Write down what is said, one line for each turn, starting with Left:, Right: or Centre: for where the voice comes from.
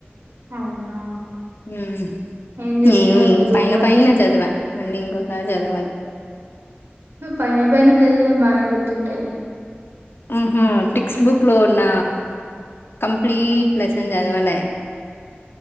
Right: అవునా
Left: ఉమ్
Right: ఏం చేస్తున్నారు
Left: నేను ఈ
Right: మీ రూమ్
Left: పైన
Right: వాళ్ళు?
Left: పైన చదివా మళ్ళీ ఇంకోసారి చదవాలి.
Right: నువ్వు పైన పైన చదివిన బాగానే గుర్తుంటాయిలే
Left: ఉహ్ టెక్స్ట్ బుక్ లో ఉన్న కంప్లీట్ లెస్సన్ చదవాలె